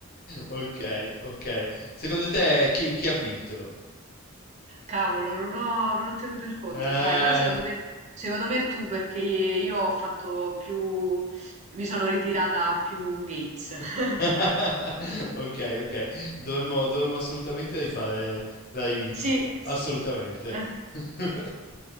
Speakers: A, on the left; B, on the right.
A: Ok, ok. Secondo te chi, chi ha vinto?
B: Cavolo, non ho, non ho tenuto il conto,
A: Eh,
B: sai, però secondo me, secondo me tu, perché io ho fatto più, mi sono ritirata a più games.
A: <laughs>
B: <laughs>
A: Ok, ok. Dovremmo, dovremmo assolutamente rifare la rivincita.
B: Sì, sì.
A: Assolutamente.
B: Eh.
A: <laughs>